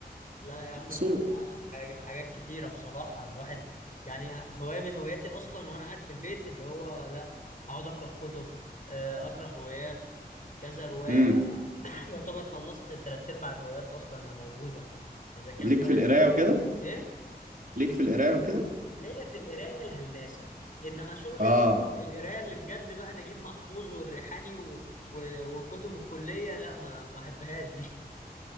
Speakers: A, on the left; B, on the right.
A: لا يا عم
B: اصول
A: انا حاجة حاجات كتيرة بصراحة الواحد يعني هواية من هواياتي اصلا وانا قاعد في البيت اللي هو لا اقعد اقرا كتب آه، اقرا روايات كذا رواية
B: امم
A: بقى <coughs> يعتبر خلصت تلات ارباع الروايات اصلا اللي موجودة اذا كان
B: ليك
A: بقى
B: في القرايه
A: كده.
B: وكده
A: ايه
B: ليك في القرايه وكده
A: ليا في القراية الهلاسة انما شغل
B: اه
A: ال- القراية اللي بجد بقى نجيب محفوظ والريحاني و... و... وكتب الكلية لا ما ما احبهاش دي